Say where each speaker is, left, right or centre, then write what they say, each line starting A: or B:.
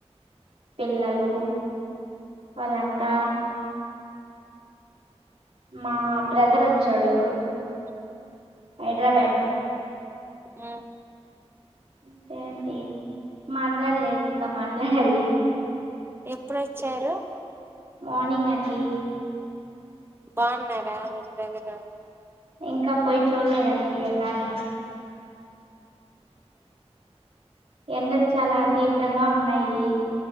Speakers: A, on the right; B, on the right.
A: పిల్లలు వాళ్ళంతా మా బ్రదర్ ఒచ్చాడు
B: ఉమ్,
A: హైడ్రాబ్యాడ్
B: ఉమ్.
A: అంతే అండి మాట్లాడలేదు ఇంకా మాట్లాడాలి
B: ఎప్పుడొచ్చారు
A: మార్నింగ్ అండి
B: బాగున్నారా <unintelligible>
A: ఇంకా పోయి చూడలేదండి ఏళ్లలి ఎండలు చాలా తీవ్రంగా ఉన్నాయి